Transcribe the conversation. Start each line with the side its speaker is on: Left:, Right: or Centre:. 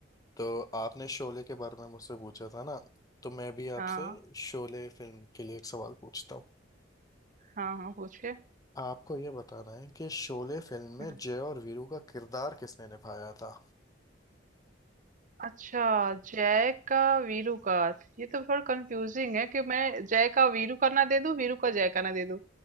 Left: तो आपने शोले के बारे में मुझसे पूछा था ना तो मैं भी
Right: हाँ
Left: आपसे शोले फिल्म के लिए एक सवाल पूछता हूँ
Right: हाँ हाँ पूछिए
Left: आपको ये बताना है कि शोले फिल्म में
Right: हम्म,
Left: जय और वीरू का किरदार किसने निभाया था
Right: अच्छा जय का वीरू का ये तो थोड़ा कंफ्यूजिंग है कि मैं जय का वीरू का ना दे दूं वीरू का जय का ना दे दूं